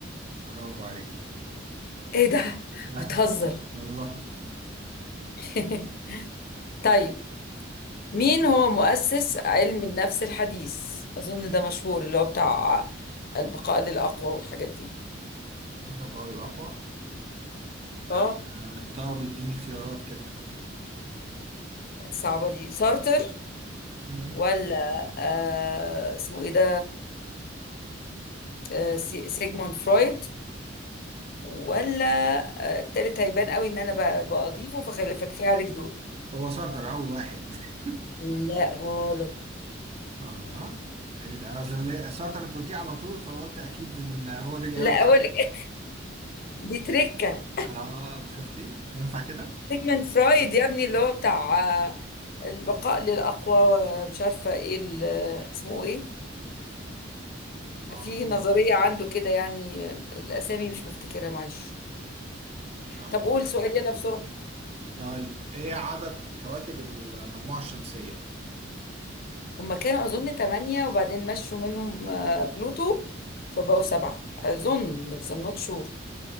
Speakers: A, on the right (about 30°); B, on the left (about 50°).
A: برافو عليك
B: ايه ده
A: <laughs>
B: بتهزر
A: والله
B: <laughs> طيب مين هو مؤسس علم النفس الحديث اظن ده مشهور اللي هو بتاع البقاء للأقوى والحاجات دي
A: طبق على الأقوى آه،
B: اه
A: آه، طب اديني اختيارات كده
B: صعبة دي سارتر
A: مم.
B: ولا آه اسمه ايه ده آه سي- سيجموند فرويد ولا آه، التالت هيبان قوي ان انا ب- بأضيفه فخل- فكفايه عليك دول
A: هو سارتر أول واحد <laughs>
B: لا غلط
A: الله ايه ده أصل ليه- سارتر انت قلتيه على طول فقلت اكيد ان هو ده الإجابة
B: لا
A: اصلا
B: اقول لك إيه، دي تركه
A: اه شفتي ينفع كده
B: سيجمنت فرايد يا ابني اللي هو بتاع آه، البقاء للاقوى ومش عارفه ايه ال- آه، اسمه ايه
A: أنا ما
B: في
A: أعرفوش
B: نظريه عنده كده يعني آه، الاسامي مش مفتكرها معلش
A: نعم
B: طب قول
A: مش فاهم
B: سؤال يلا بسرعه
A: طيب ايه عدد كواكب المجموعة الشمسية؟
B: هما كانوا اظن ثمانية وبعدين مشوا منهم آه، بلوتو فبقوا سبعة اظن بس I'm not sure